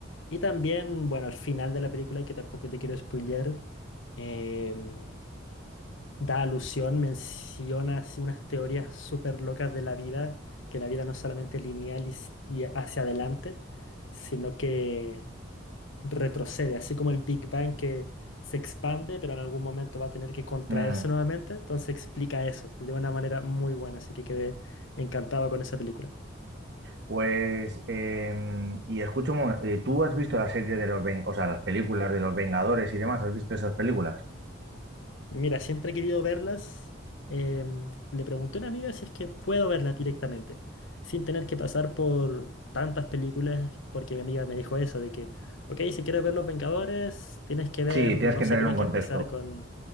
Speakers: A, on the left; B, on the right.
A: Y también, bueno, al final de la película, que tampoco te quiero spoilear, em, da alusión, menciona así unas teorías súper locas de la vida, que la vida no es solamente lineal y s- y hacia adelante, sino que retrocede, así como el Big Bang que se expande, pero en algún momento va a tener que contraerse
B: mm.
A: nuevamente. Entonces explica eso de una manera muy buena, así que quedé encantado con esa película.
B: Pues, em, y escucho, un mo- eh, ¿tú has visto la serie de los, Ven- o sea, las películas de los Vengadores y demás? ¿Has visto esas películas?
A: Mira, siempre he querido verlas. Em, le pregunté a una amiga si es que puedo verlas directamente, sin tener que pasar por tantas películas, porque mi amiga me dijo eso, de que, ok, si quieres ver Los Vengadores, tienes que ver,
B: Sí, tienes
A: no
B: que
A: sé,
B: entrar
A: tienes
B: en un
A: que
B: contexto.
A: empezar con,